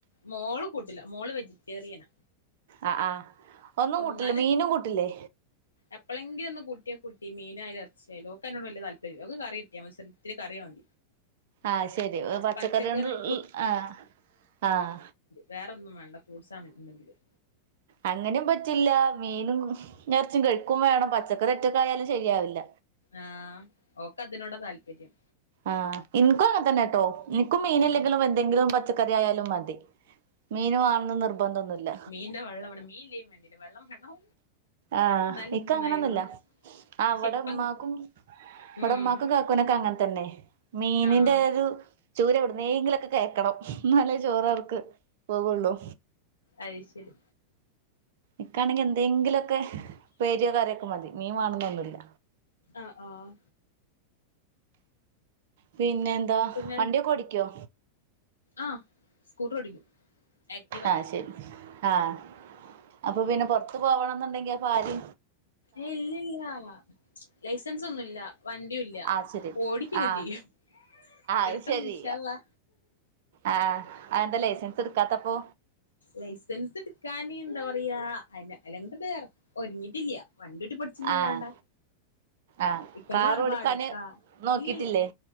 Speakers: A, on the left; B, on the right.
A: മോള് കൂട്ടില്ല മോള് വെജിറ്റേറിയനാ.
B: ആ് ആ ഒന്നും
A: ഓഹ്
B: കൂട്ടില്ല
A: ഇന്നാലും
B: മീനും കൂട്ടില്ലേ?
A: എപ്പളെങ്കിലും ഒന്ന് കൂട്ടിയ കുട്ടി മീനായാലും ഇറച്ചിയാ യാലോക്കെ ഓക്കയി നോട് വല്യ താല്പര്യല്ല ഓക്ക് കറി കിട്ടിയാ മതി പക്ഷേ ഒത്തിരി വേണം
B: ആഹ അയ് ശരി പച്ചക്കറിയോണ്ട്ള്ള
A: പച്ചക്കറി
B: ആഹ ആഹ
A: വേറെ ഒന്നും വേണ്ട ഫ്രൂട്ട്സ് ആണ് ഉണ്ടെങ്കിലും
B: അങ്ങനെയും പറ്റില്ല മീനും. മീനും എറച്ചിം കഴിക്കും വേണം പച്ചക്കറി ഒറ്റക്കായാലും ശരിയാവില്ല.
A: ആഹ് ഓക്ക് അതിനോട താല്പര്യം
B: ആഹ് ഇനിക്കും അങ്ങെനെ തന്നാട്ടോ ഇനിക്കും മീനില്ലെങ്കിലും
A: ഉം
B: എന്തെങ്കിലും പച്ചക്കറി ആയാലും മതി. മീൻ വേണോന്ന് നിർബന്ധം ഒന്നുല്ല
A: മീനിന്റെ വള്ളം വേണം മീൻ ഇല്ലെലും വെണ്ടില്ല വള്ളം വേണം.
B: ആഹ്
A: എന്നാലെ
B: ഇക്ക്
A: തിന്നായോളൂ
B: അങ്ങനൊന്നുല്ല അ
A: പക്ഷെ
B: ഇവിടെ
A: ഇപ്പം
B: ഇമ്മാക്കും. ഇവടെ
A: ഉം
B: മ്മാക്കും കാക്കൂനൊക്കെ അങ്ങൻ തന്നെ. മീനിന്റെ
A: ആഹ്
B: ഒരു ചൂര എവ്ട്ന്നേങ്കിലൊക്കെ കേക്കണം. ന്നാലെ ചോറ് അവർക്ക് പോകൊള്ളൂ.
A: അയ് ശരി.
B: ഇക്കാണെങ്കി എന്തേങ്കിലൊക്കെ പ്പേരിയോ, കറിയൊക്കെ മതി. മീൻ വാണന്നൊന്നുല്ല.
A: ആഹ് ആഹ്
B: പിന്നെ എന്താ.
A: പിന്നെ
B: വണ്ടിയൊക്കെ ഓടിക്കൊ?
A: ആഹ്. സ്കൂട്ടർ ഓടിക്കും. ആക്റ്റീവ
B: ആഹ് ശരി. ആഹ്. അപ്പൊ പിന്നെ പൊർത്ത് പോവണംന്ന്ണ്ടെങ്കി അപ്പൊ ആര്
A: ഏ ഇല്ലല്ലാ. ലൈസൻസൊന്നുല്ല. വണ്ടിയുല്ല്യ.
B: ആഹ് ശരി
A: ഓടിക്കൊക്കെ
B: ആഹ്
A: ചെയ്യും.
B: ആഹ്
A: എടുക്കണം
B: അത് ശരി
A: ഇൻഷാ അള്ളാ
B: ആഹ്. അന്താ ലൈസൻസ് ഇട്ക്കാത്തപ്പോ?
A: ലൈസൻസ്ട്ക്കാന് ന്താപറയാ അന്ന അല്ല <unintelligible> ഒര്ങ്ങിട്ടില്ല്യ. വണ്ടിയോട്ടി പഠി ച്ച് ന്നല്ലാണ്ടെ
B: ആഹ് ആഹ്
A: ഇക്കനൊപറയ്മ്പ
B: കാർ ഓടിക്കാന്
A: ആട്ക്കാ
B: നോക്കിട്ടില്ലേ
A: ഇല്ല്യല്ല.